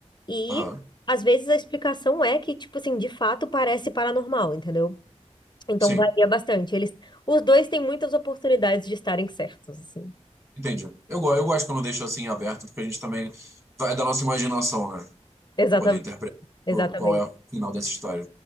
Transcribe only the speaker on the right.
Aham,
sim.
Entendi. Eu, go- eu gosto quando deixa assim aberto, porque a gente também vai é da nossa imaginação, né?
Poder interpretar
o- qual é o final dessa história.